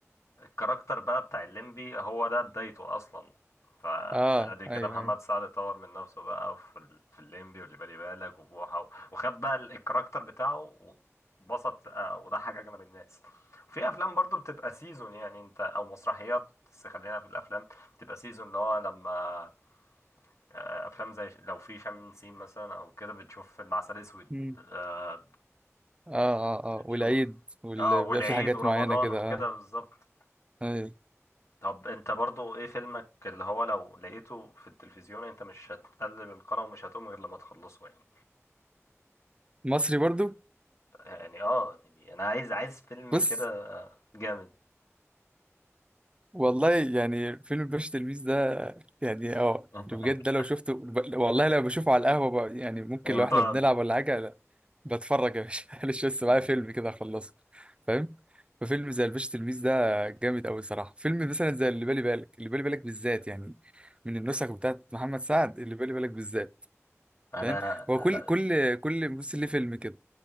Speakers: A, on the left; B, on the right.
A: الكاركتر بقى بتاع الليمبي هو ده بدايته اصلا فادي
B: اه ايوه
A: كده محمد
B: ايوه
A: سعد طور من نفسه بقى في ال- في الليمبي واللي بالي بالك وبوحه و- وخد بقى ال- الكاركتر بتاعه وبسط آه، وضحك اغلب الناس في افلام برضو بتبقى سيزون يعني انت او مسرحيات بس خلينا في الافلام بتبقى سيزون اللي هو لما آه، افلام زي ش- لو في شم نسيم مثلا او كده بتشوف فيلم عسل اسود
B: امم
A: آه،
B: اه اه
A: بتشوف
B: اه والعيد وال-
A: اه والعيد
B: بيبقى في حاجات
A: ورمضان
B: معينة كده
A: وكده
B: اه
A: بالظبط
B: أيوة.
A: طب انت برضو ايه فيلمك اللي هو لو لقيته في التلفزيون انت مش هتقلب القناة ومش هتقوم غير لما تخلصه يعني
B: مصري برضو
A: يعني اه يعني انا عايز عايز فيلم
B: بص
A: كده جامد
B: والله يعني فيلم الباشا تلميذ ده يعني اه
A: <laughs>
B: بجد ده لو شفته ب- والله لو بشوفه على القهوة بقى يعني ممكن
A: يعني
B: لو
A: بتقعد
B: احنا بنلعب ولا حاجة لا بتفرج يا باشا <laughs> معلش بس معايا
A: انا
B: فيلم كده اخلصه فاهم ففيلم زي الباشا تلميذ ده جامد قوي صراحة فيلم مثلا زي اللي بالي بالك اللي بالي بالك بالذات يعني من النسخ بتاعت محمد سعد اللي بالي بالك بالذات
A: انا
B: فاهم هو كل كل كل ممثل ليه فيلم كده